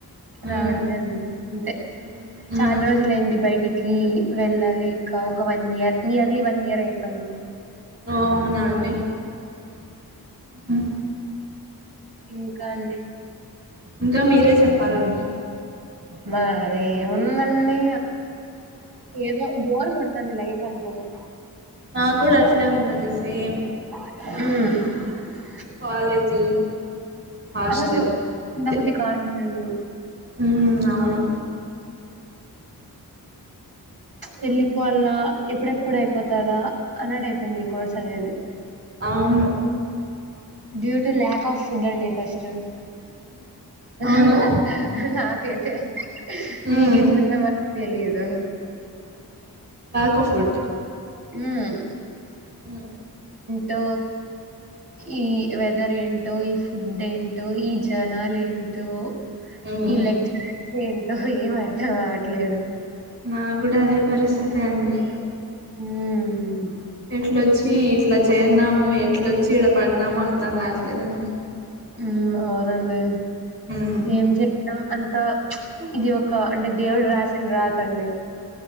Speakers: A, on the right; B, on the right.
A: రావడమే
B: ఉమ్
A: ఉంది అంతే
B: ఉమ్
A: చాలా
B: ఉమ్
A: రోజుల అయింది బయ్ ట్ కిీ వెళ్ళలేక ఒక one year nearly one year అయితన్ది
B: ఓ అవునా అండి ఉ
A: ఇంకా అండి
B: ఇంకా మీరే చెప్పాలండి
A: మా అదే ఉన్నమ్ డి ఏదో బోర్ కొడత్ అది లైఫ్ అంటేనే
B: నాకు గుడా అట్లే ఉందండి సేమ్
A: ఉమ్
B: కాలేజు హాస్టల్
A: అసలు
B: అంతే
A: ఉండబుద్ధి కావడం లేదు
B: ఉమ్ అవును
A: వెళ్ళిపోవలా ఎప్పుడెప్పుడు అయిపోతదా అన్నట్ అయిపోయింది ఈ కోర్స్ అనేది
B: అవును
A: due to lack of food అండి ఫస్ట్ చేస్ <unintelligible>
B: అవును
A: నాక్ కె చే మీకీ
B: ఉమ్
A: ఎట్లుందో మాకు తెలియదు
B: కోఫుట్
A: ఉమ్
B: ఉ
A: టో ఈ వెదర్ ఏంటో ఈ ఫుడ్ ఏంటో ఈ జనాలు ఏంటో
B: ఉమ్
A: ఈ లెక్చర్స్ ఏంట ఏం అర్థం కావట్లేదు
B: నాకు కూడ అదే పరిస్థితి అండి
A: హుం
B: ఎట్లొ వచ్చి ఇట్లా చేరినాము ఎట్ల వోచి చిడ పడిన అర్థం కావట్లే లేదాండి
A: హు అవునండి
B: ఉమ్
A: ఏం చెయ్యం అంతే త ఇది ఒక అంటే దేవుడు రాసిన రాత అండి